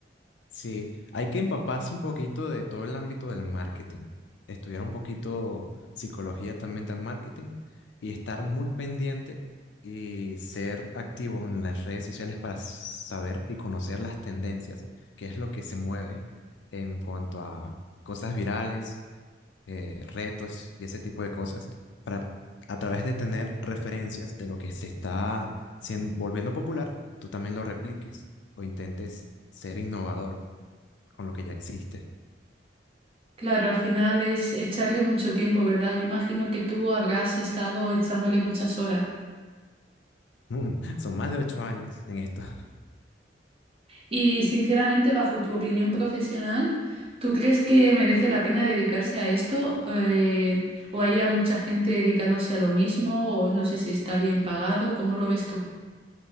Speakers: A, on the left (about 85°); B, on the right (about 35°).
A: Sí, hay que empaparse un poquito de todo el ámbito del marketing, estudiar un poquito psicología también del marketing y estar muy pendiente y ser activo en las redes sociales para saber y conocer las tendencias, qué es lo que se mueve en cuanto a cosas virales, eh, retos y ese tipo de cosas, para a través de tener referencias de lo que se está sien- volviendo popular, tú también lo repliques o intentes ser innovador con lo que ya existe.
B: Claro, al final es echarle mucho tiempo, ¿verdad? Yo imagino que tú habrás estado echándole muchas horas.
A: Mm, <laughs> Son más de ocho años en esto. <laughs>
B: Y sinceramente, bajo tu opinión profesional, ¿tú crees que merece la pena dedicarse a esto? Eh, ¿o haya mucha gente dedicándose a lo mismo? ¿O no sé si está bien pagado? ¿Cómo lo ves tú?